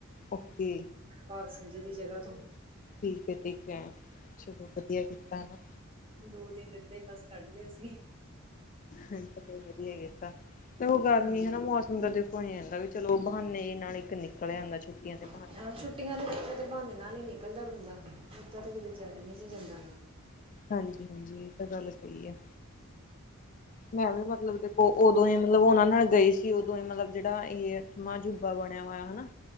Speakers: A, on the left; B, on the right.
A: ਓਕੇ।
B: ਭਾਗ ਸਿੰਘ ਜੀ ਦੀ ਜਗ੍ਹਾ ਤੋਂ।
A: ਠੀਕ ਹੈ-ਠੀਕ ਹੈ, ਚਲੋ ਵਧੀਆ ਕੀਤਾ ਹੈਨਾ।
B: ਦੋ ਦਿਨ ਏਦਾਂ ਹੀ ਬਸ ਕੱਢ ਲਏ ਅਸੀਂ।
A: ਹਾਂਜੀ, ਚਲੋ ਵਧੀਆ ਕੀਤਾ ਤੇ ਉਹ ਗਰਮੀ
B: ਹਾਂਜੀ
A: ਹੈਨਾ ਮੌਸਮ ਦਾ ਕੰਈ ਨੀ ਆਂਦਾ, ਵੀ ਚਲੋ ਬਹਾਨੇ ਨਾਲ ਇੱਕ ਨਿਕਲ ਜਾਂਦਾ ਛੁੱਕੀਆਂ ਦੇ ਬਹਾਨੇ।
B: ਅਹ ਛੁੱਟੀਆਂ ਤੇ ਬੱਚਾ ਤੇ ਬਹਾਨੇ ਨਾਲ ਹੀ ਨਿਕਲਦਾ ਬੰਦਾ, ਏਦਾਂ ਤਾਂ ਕਿਤੇ ਜਾਆ ਨੀ ਸੀ ਜਾਂਦਾ।
A: ਹਾਂਜੀ-ਹਾਂਜੀ, ਇਹ ਤਾਂ ਗੱਲ ਸਹੀ ਆ ਮੈਂ ਉਹਦੇ ਮਤਲਬ ਦੇ ਉ ਉ ਓਦੋਂ ਮਤਲਬ ਉਹਨਾ ਨਾਲ ਗਈ ਸੀ ਉਦੋਂ ਮਤਲਬ ਜਿਹੜਾ ਇਹ ਮਾਂਜੂਬਾ ਬਣਿਆ ਹੋਇਆ ਹੈਨਾ।